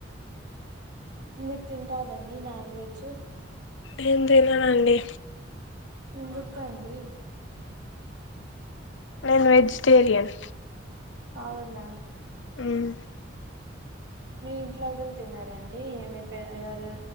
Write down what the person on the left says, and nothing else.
నేను తిననండి
నేను వెజిటేరియన్
మ్మ్